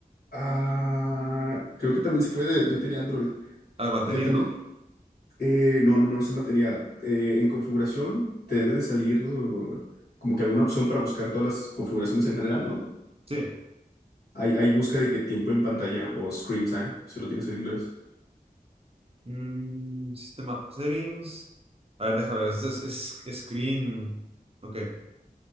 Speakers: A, on the left (about 85°); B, on the right (about 40°).
A: Ah, creo que también se puede. Yo tenía Android.
B: A ver, batería,
A: Yo también.
B: ¿no?
A: eh, no, no, no se mantenía. Eh, en configuración te debe de salir uh, como que alguna opción para buscar todas las configuraciones en general, ¿no?
B: Sí.
A: Hay, hay busca de que tiempo en pantalla o screen time, si lo tienes en inglés.
B: Mm, sistema settings. A ver, déjame ver, esto es, es- es screen. Ok.